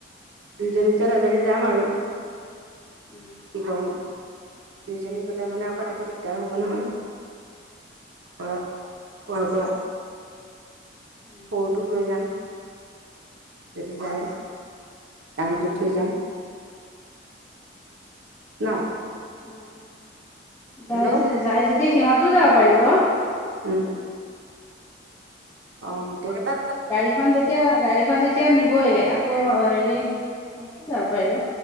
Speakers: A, on the right (about 85°); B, on the left (about 15°).
A: দুইজনীৰ ভিতৰত এজনী যাম আৰু।
B: উম!
A: কি কৰোঁ দুইজনী গলে মানে অকণ আকৌ দিগদাৰ হব নহয়। অ কোৱা, কোৱা-।
B: উম।
A: সৰুটোক লৈ যাম। যদি যায়, ডাঙৰটোক থৈ যাম। ন।
B: আহ যাই
A: হেল্ল'
B: যে যাই যদি সিহঁতও যাব পাৰিব।
A: উম! অ গোটেইকেইটা
B: গাড়ীখন যেতিয়া গাড়ীখন যেতিয়া নিবই আকৌ হেৰি ইহঁতে যাব পাৰিব।